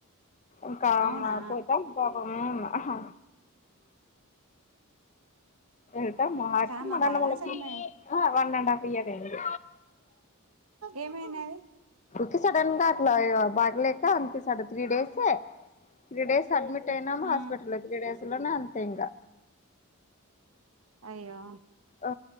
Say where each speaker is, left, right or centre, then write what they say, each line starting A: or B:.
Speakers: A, on the left; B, on the right.
A: ఇంకా
B: అవునా
A: మా పోతాం బాబా ఆ ఆహా ఎటా మాకి
B: చానా
A: మా నాన్న
B: లాగినవా
A: వాళ్ళకి
B: చనిపోయా
A: ఆ వన్ అండ్ హాఫ్ ఇయర్ అండి
B: ఏమైనది
A: కే సడన్ గా అట్లా బాగలేక అంతే సడ త్రీ డేసే త్రీ డేస్ అడ్మిట్ అయినాం
B: ఆ
A: హాస్పిటల్ త్రీ డేస్ లోనే అంతే ఇంకా
B: అయ్యో
A: ఆ